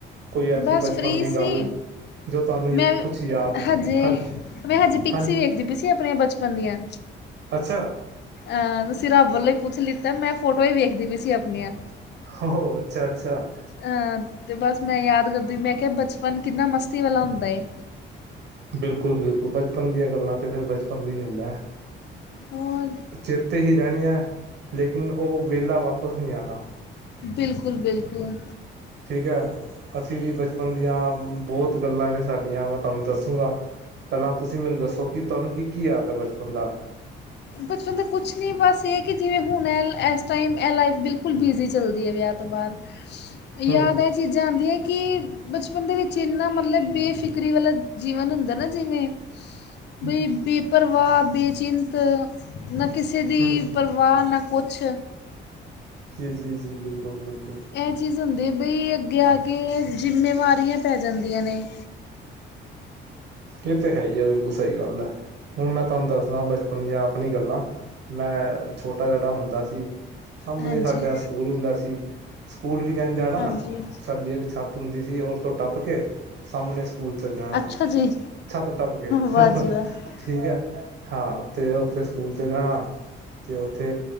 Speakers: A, on the right; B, on the left.
A: ਕੋਈ ਐਸੀ
B: ਬਸ
A: ਬਚਪਨ
B: ਫ੍ਰੀ
A: ਦੀ
B: ਸੀ।
A: ਗੱਲ ਜੋ ਤੁਹਾਨੂੰ
B: ਮੈਂ
A: ਕੁਛ ਯਾਦ
B: ਹਜੇ
A: ਹਾਂਜੀ
B: ਮੈਂ ਹਜੀ ਪਿਕਸੀ
A: ਹਾਂਜੀ
B: ਵੇਖਦੀ ਪਈ ਸੀ ਆਪਣੇ ਬਚਪਨ ਦੀਆਂ
A: ਅੱਛਾ।
B: ਅ ਤੁਸੀਂ ਰੱਬ ਵੱਲੋਂ ਹੀ ਪੁੱਛ ਲਿੱਤਾ ਮੈਂ ਫੋਟੋ ਹੀ ਵੇਖਦੀ ਪਈ ਸੀ ਆਪਣੀਆਂ।
A: ਹੋ ਅੱਛਾ-ਅੱਛਾ।
B: ਅਹ ਤੇ ਬਸ ਮੈਂ ਯਾਦ ਕਰਦੀ ਮੈਂ ਕਿਹਾ ਬਚਪਨ ਕਿੰਨਾ ਮਸਤੀ ਵਾਲਾ ਹੁੰਦਾ ਏ।
A: ਬਿਲਕੁਲ-ਬਿਲਕੁਲ ਬਚਪਨ ਦੀਆਂ ਗੱਲਾਂ ਤੇ ਫਿਰ ਬਚਪਨ ਦੀ ਹੀ ਹੁੰਦਾ ਆ
B: ਹੋਰ।
A: ਚੇਤੇ ਹੀ ਰਹਿਣੀ ਆ ਲੇਕਿਨ ਓ ਵਿਹਲਾ ਵਾਪਿਸ ਨੀ ਆਣਾ।
B: ਬਿਲਕੁਲ-ਬਿਲਕੁਲ।
A: ਠੀਕ ਆ, ਅਸੀਂ ਵੀ ਬਚਪਨ ਦੀਆਂ ਬਹੁਤ ਗੱਲਾਂ ਨੇ ਸਾਡੀਆਂ ਮੈਂ ਤੁਹਾਨੂੰ ਦੱਸੂੰਗਾ। ਪਹਿਲਾਂ ਤੁਸੀਂ ਮੈਨੂੰ ਦੱਸੋ ਕਿ ਤੁਹਾਨੂੰ ਕੀ-ਕੀ ਯਾਦ ਆ ਬਚਪਨ ਦਾ?
B: ਬਚਪਨ ਦਾ ਕੁਛ ਨੀ ਬਸ ਐ ਕਿ ਜਿਵੇਂ ਹੁਣ ਐ ਇਸ ਟਾਈਮ ਐ ਲਾਈਫ ਬਿਲਕੁਲ ਬਿਜ਼ੀ ਚੱਲਦੀ ਆ ਵਿਆਹ ਤੋਂ ਬਾਦ। ਯਾਦ
A: ਹਮ
B: ਆ। ਚੀਜ਼ਾਂ ਆਂਦੀਆਂ ਕਿ ਬਚਪਨ ਦੇ ਵਿੱਚ ਇੰਨਾ ਮਤਲਬ ਬੇਫਿਕਰੀ ਵਾਲਾ ਜੀਵਨ ਹੁੰਦਾ ਨਾ ਜਿਵੇਂ।
A: <inaudible>
B: ਬਈ ਬੇਪਰਵਾਹ, ਬੇਚਿੰਤ। ਨਾ ਕਿਸੇ ਦੀ
A: ਹਮ
B: ਪਰ ਪਰਵਾਹ ਨਾ ਕੁਛ
A: ਜੀ-ਜੀ-ਜੀ ਬਿਲਕੁਲ-ਬਿਲਕੁਲ।
B: ਐ ਚੀਜ਼ ਹੁੰਦੀ ਬਈ ਅੱਗੇ ਆ ਕੇ ਜ਼ਿੰਮੇਵਾਰੀਆਂ ਪੈ ਜਾਂਦੀਆਂ ਨੇ।
A: ਏ ਤੇ ਹੈ ਈ ਆ ਬਿਲਕੁਲ ਸ‌ਈ ਗੱਲ ਆ। ਹੁਣ ਮੈਂ ਤਾਨੂੰ ਦੱਸਦਾ ਬਚਪਨ ਦੀਆਂ ਆਪਣੀ ਗੱਲਾਂ। ਮੈਂ ਛੋਟਾ ਜੇੜਾ ਹੁੰਦਾ ਸੀ। ਸਾਮਣੇ
B: ਹਾਂਜੀ
A: ਸਾਡਾ ਸਕੂਲ ਹੁੰਦਾ ਸੀ। ਸਕੂਲ ਵੀ ਕੇਂਜ ਜਾਣਾ
B: ਹਾਂਜੀ
A: ਸਾਡੀ ਇੱਕ ਛੱਤ ਹੁੰਦੀ ਸੀ ਔਰ ਤੋਂ ਟੱਪ ਕੇ ਸਾਮਣੇ ਚਲ ਜਾਨਾ।
B: ਅੱਛਾ ਜੀ
A: ਛਤ ਟਪ ਕੇ।
B: ਵਾਹ ਜੀ ਵਾਹ
A: ਠੀਕ ਐ ਹਾਂ ਤੇ ਓਥੇ ਸਕੂਲ 'ਚ ਜਾਣਾ ਤੇ ਓਥੇ